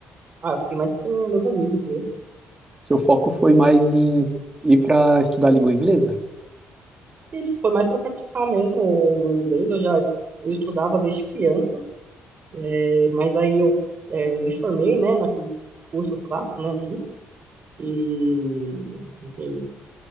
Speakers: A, on the right; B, on the right.
A: ah, eu fiquei mais com meus amigos mesmo.
B: Seu foco foi mais em ir para estudar língua inglesa?
A: Isso foi mais para praticar mesmo o meu inglês. Eu já es- eu estudava desde criança, eh, mas aí eu eh, me formei, né, naqueles cursos clássicos, né, fiz. E, enfim,